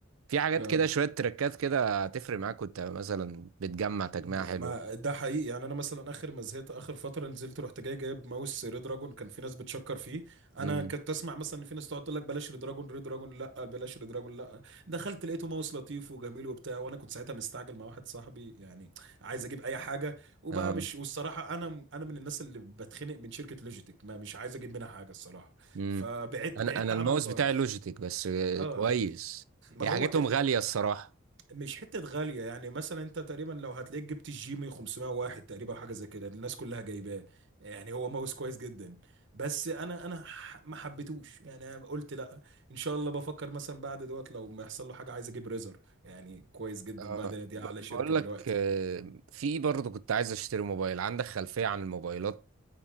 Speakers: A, on the right; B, on the right.
A: في حاجات
B: آه.
A: كده شوية تركات كده هتفرق معاك وانت مثلا بتجمع تجميعة
B: ده
A: حلوة
B: ما ده حقيقي يعني انا مثلا اخر ما زهقت اخر فتره نزلت رحت جاي جايب ماوس ريد دراجون كان في ناس بتشكر فيه انا
A: امم
B: كنت اسمع مثلا ان في ناس تقعد تقول لك بلاش ريد دراجون ريد دراجون لا بلاش ريد دراجون لا دخلت لقيته ماوس لطيف وجميل وبتاع وانا كنت ساعتها مستعجل مع واحد صاحبي يعني عايز اجيب اي حاجه وبقى
A: اه
B: مش والصراحه انا انا من الناس اللي بتخنق من شركه لوجيتك ما مش عايز اجيب منها حاجه الصراحه
A: امم
B: فبعدت
A: انا
B: بعدت
A: انا
B: عنها
A: الماوس
B: خالص
A: بتاعي لوجيتك بس آه،
B: اه
A: كويس
B: ما
A: هي
B: هو
A: حاجتهم غالية الصراحة
B: مش حتة غالية يعني مثلا انت تقريبا لو هتلاقيك جبت الجيمي 501 تقريبا حاجة زي كده الناس كلها جايباه يعني هو ماوس كويس جدا بس انا انا ح- ما حبيتهوش يعني انا قلت لا ان شاء الله بفكر مثلا بعد دوت لو ما يحصل له حاجة عايز اجيب ريزر يعني كويس جدا
A: آه،
B: بقى ده دي
A: ب-
B: اعلى شركة
A: بقول
B: دلوقتي
A: لك آه، في برضه كنت عايز اشتري موبايل عندك خلفية عن الموبايلات